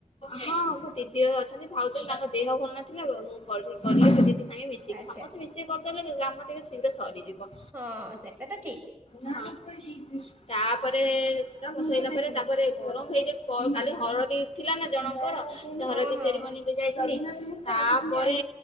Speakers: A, on the left (about 55°); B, on the right (about 15°).
A: ହଁ ହଁ ମଁ ଦିଦି ଅଛନ୍ତି ଭାଉଜ ତାଙ୍କ ଦେହ ଭଲ ନଥିଲା ମୁଁ କଲି କରିଲି ଦିଦି ସାଙ୍ଗେ ମିଶିକି
B: ଆଚ୍ଛା
A: ସମସ୍ତେ ମିଶିକି କରିଦେଲେ କାମ ଟିକେ ଶୀଘ୍ର ସରିଯିବ।
B: ହଁ ସେଟା ତ ଠିକ୍।
A: ହଁ ତାପରେ ତାକୁ ବସେଇଲା ପରେ ତାପରେ ଗରମ ହେ କାଲି ହଳଦୀ ଥିଲା ନା ଜଣଙ୍କର ସେ
B: ହଁ
A: ହରଦୀ
B: ହଁ
A: ସେରି ମନିରେ ଯାଇଥିଲି। ତାପରେ